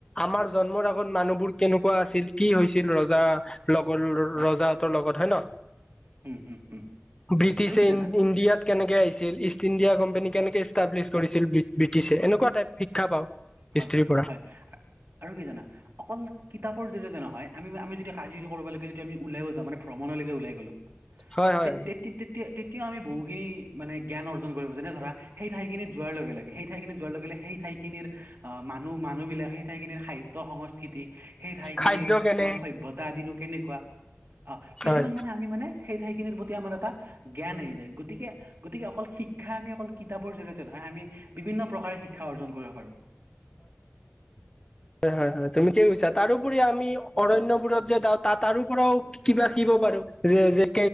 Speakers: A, on the left; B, on the right.
A: আমাৰ জন্মৰ আগত মানুহবোৰ কেনেকুৱা আছিল কি হৈছিল ৰজা লগ। ল ৰজা হতৰ লগত হয় ন
B: হুম হুম হুম
A: ব্ৰিটিছে
B: আৰু কি জানা
A: ইণ্ডিয়াত কেনেকে আহিছিল ইষ্ট ইণ্ডিয়া কোম্পানী কেনেকে ইষ্টাব্লিছ কৰিছিল ব্ৰিটিছে এনেকুৱা টাইপ শিক্ষা পাওঁ
B: হয়
A: হিষ্ট্ৰীৰ পৰা
B: হয় আৰু কি জানা অকল কিতাপৰ জৰিয়তে নহয়। আমি আমি যদি কাজিৰ কৰিব লাগে যদি আমি ওাই যা মানে ভ্ৰমণলৈকে ওলাই গ'লো।
A: হয় হয়
B: তে তে তেতিয়া তেতিয়া আমি বহগিনী মানে জ্ঞান অৰ্জন কৰিব যেনে ধৰা সেই ঠাইখিনি যোৱাৰ লগে লগে সেই ঠাইখিনি যোৱাৰ লগে লগে সেই। ঠাই খিনিৰ আহ মানুহ মানুহ বিলাক সেই ঠাইখিনিৰ সাহিত্য সংস্কৃতি। সেই ঠাইখিনিৰ
A: খাদ্য কেনে
B: তোমাৰ সভ্যতা আদিনো কেনেকুৱা অ কিছুমান
A: হয় হয়
B: মানে আমি মানে। সেই ঠাইখিনিৰ প্ৰতি আমাৰ এটা জ্ঞান আহি যায় গতিকে গতিকে অকল শিক্ষা আমি অকল কিতাপৰ জৰিয়িয়তে নহয়। আমি বিভিন্ন প্ৰকাৰে শিক্ষা অৰ্জন কৰিব পাৰো।
A: হয় হয় হয় তুমি কি বুইছা তাৰোপৰি আমি। অৰণ্যবোৰত যে যাওঁ তাত তাৰো পৰাও কিবা শিকিব পাৰো যে যে